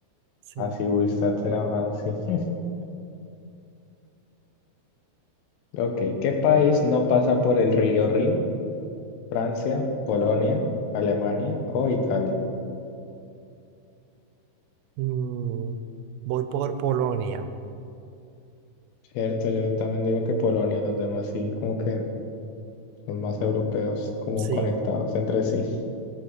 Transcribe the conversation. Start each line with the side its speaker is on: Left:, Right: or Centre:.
Right: sí.
Left: Así, Wistat era más así. <laughs> Ok, ¿qué país no pasa por el río Rin? ¿Francia, Polonia, Alemania o Italia?
Right: Mm, voy por Polonia.
Left: Cierto, yo también digo que Polonia, los demás sí, como que son más europeos, como
Right: Sí,
Left: conectados entre sí. <laughs>